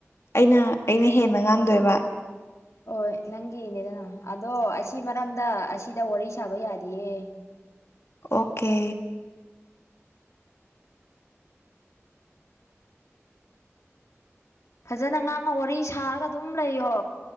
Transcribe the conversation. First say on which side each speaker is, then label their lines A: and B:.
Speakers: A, on the left; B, on the left.
A: ꯑꯩꯅ ꯑꯩꯅ ꯍꯦꯟꯅ ꯉꯥꯡꯗꯣꯏꯕ꯫
B: ꯍꯣꯏ ꯅꯪꯒꯤꯅꯦꯗꯅ ꯑꯗꯣ ꯑꯁꯤ ꯃꯔꯝꯗ ꯑꯁꯤꯗ ꯋꯥꯔꯤ ꯁꯥꯕ ꯌꯥꯗꯤꯌꯦ꯫
A: ꯑꯣꯀꯦ꯫
B: ꯐꯖꯅ ꯉꯥꯡꯉꯨ ꯋꯥꯔꯤ ꯁꯥꯔꯒ ꯑꯗꯨꯝ ꯂꯩꯌꯣ